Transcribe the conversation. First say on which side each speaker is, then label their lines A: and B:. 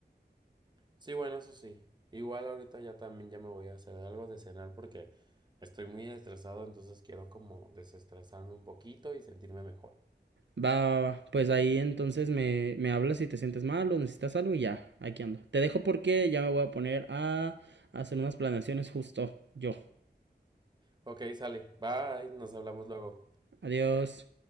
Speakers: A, on the right; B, on the right.
A: Sí, bueno, eso sí. Igual ahorita ya también ya me voy a hacer algo de cenar porque estoy muy estresado, entonces quiero como desestresarme un poquito y sentirme mejor.
B: Va, va, va. Pues ahí entonces me, me hablas si te sientes mal o necesitas algo y ya, aquí ando. Te dejo porque ya me voy a poner a hacer unas planeaciones justo yo.
A: Ok, sale. Bye, nos hablamos luego.
B: Adiós.